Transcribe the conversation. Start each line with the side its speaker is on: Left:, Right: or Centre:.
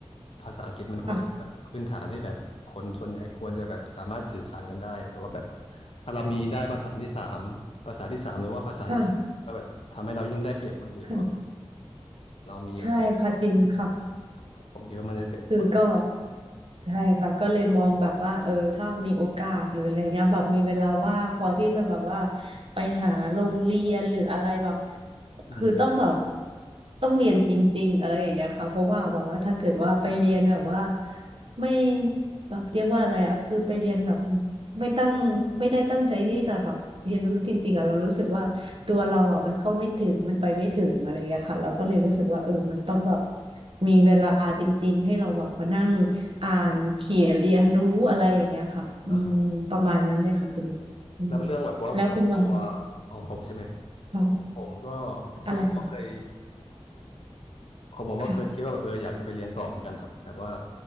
Left: ภาษาอังกฤษมันควรจะเป็นแบบพื้นฐานที่แบบคนส่วนใหญ่ควรจะแบบสามารถสื่อสารกันได้แต่ว่าแบบ
Right: ค่ะ
Left: ถ้าเรามีได้ภาษาที่สามภาษาที่สามหรือว่าภาษาที่สี่ก็แบบทำให้เรายิ่งได้เปรียบคนอื่นว่า
Right: ค่ะค่ะ
Left: เรามีแบบ
Right: ใช่ค่ะจริงค่ะ
Left: ผมคิดว่ามันจะเป็นข้อ
Right: คือก็ใช่ค่ะก็เลยมองแบบว่าเออถ้ามีโอกาสหรืออะไรเงี้ยแบบมีเวลาว่างพอที่จะแบบว่าไปหาโรงเรียนหรืออะไรแบบ
Left: อืม
Right: คือต้องแบบต้องเรียนจริงๆอะไรอย่างเงี้ยค่ะเพราะว่าแบบว่าถ้าเกิดว่าไปเรียนแบบว่าไม่แบบเรียกว่าอะไรอ่ะคือไปเรียนแบบไม่ตั้งไม่ได้ตั้งใจที่จะแบบเรียนรู้จริงๆอ่ะเรารู้สึกว่า ตัวเราอ่ะมันเข้าไม่ถึงมันไปไม่ถึงอะไรอย่างเงี้ยค่ะเราก็เลยรู้สึกว่าเออมันต้องแบบ
Left: อืมครับ
Right: มีเวลาจริงๆให้เราแบบมานั่งอ่านเขียนเรียนรู้อะไรอย่างเงี้ยค่ะอืมประมาณนั้นเลยค่ะคุณ
Left: อ่า
Right: อืม
Left: แล้วเรื่องแบบว่าครอบครัว
Right: แล้วคุณวัง
Left: ของผมใช่ไหม
Right: ค่ะ
Left: ของผมก็คือผมก็เคย
Right: อะไรนะ
Left: ของผมก็เคยคิดว่าแบบเอออยากจะไปเรียนต่อเหมือนกันครับแบบว่า
Right: ค่ะ